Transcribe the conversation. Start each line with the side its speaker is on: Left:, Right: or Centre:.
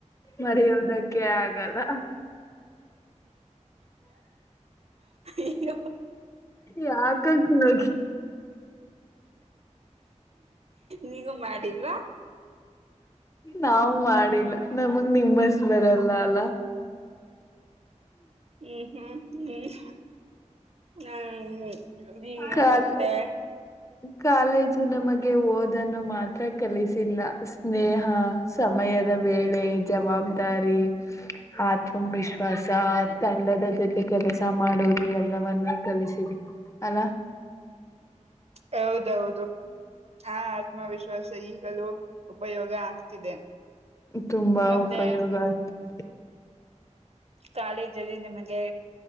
Left: ಮರೆಯೋದಕ್ಕೆ ಆಗಲ್ಲ.
Right: ಅಯ್ಯೋ
Left: ಯಾಕ ಅಂಗ್ ನಗ್ತಿ
Right: ನೀವು ಮಾಡಿಲ್ವಾ.
Left: ನಾವು ಮಾಡಿಲ್ಲ ನಮಗ್ ನಿಮ್ಮಷ್ಟ್ ಬರಲ್ಲ ಅಲ್ಲ
Right: ಹ್ಮ್ ಹ್ಮ್ ಹ್ಮ್ ಹ್ಮ್ ಹ್ ಈ
Left: ಕಾಲ್
Right: ಮತ್ತೆ
Left: ಕಾಲೇಜು ನಮಗೆ ಓದನ್ನು ಮಾತ್ರ ಕಲಿಸಿಲ್ಲ ಸ್ನೇಹ ಸಮಯದ ವೇಳೆ ಜವಾಬ್ದಾರಿ ಆತ್ಮವಿಶ್ವಾಸ ತಂಡದ ಜೊತೆ ಕೆಲಸ ಮಾಡುವುದು ಎಲ್ಲವನ್ನೂ ಕಲಿಸಿದೆ ಅಲ್ಲ್
Right: ಹೌದೌದು ಆ ಆತ್ಮವಿಶ್ವಾಸ ಈಗಲೂ ಉಪಯೋಗ ಆಗ್ತಿದೆ
Left: ತುಂಬಾ
Right: ಮತ್ತೆ
Left: ಉಪಯೋಗ ಆಗತ್ತಿದೆ
Right: ಕಾಲೇಜಲ್ಲಿ ನಿಮಗೆ